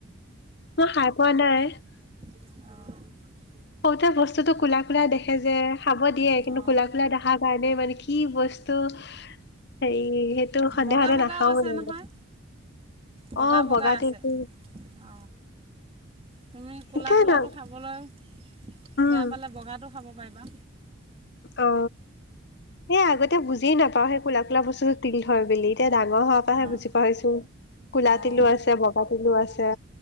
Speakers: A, on the left; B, on the right.
A: মই খাই পোৱা নাই। <unintelligible>
B: অ।
A: সতে বস্তুটো কোলা কোলা দেখে যে। খাব দিয়ে কিন্তু
B: অঁ
A: কোলা কোলা দেখাৰ কাৰণে মানে কি বস্তু হেৰি সন্দেহতে
B: বগা বগাও
A: নাখাও
B: আছে
A: মানে।
B: নহয় বগা
A: অ
B: বগা
A: বগাটো
B: আছে
A: একো
B: অ তুমি কোলা
A: এতিয়া
B: কোলাটো
A: না
B: খাবলৈ।
A: উম
B: বেয়া পালে বগাটো খাব পাৰিব। বা।
A: অ সেই আগতে বুজি নাপাওঁ সেই কোলা কোলা বস্তু তিল হয় বুলি। ডাঙৰ হ পৰা
B: অঁ
A: হে বুজি পাইিছো কলা
B: অঁ
A: তিলো আছে বগা। টিলো আছে।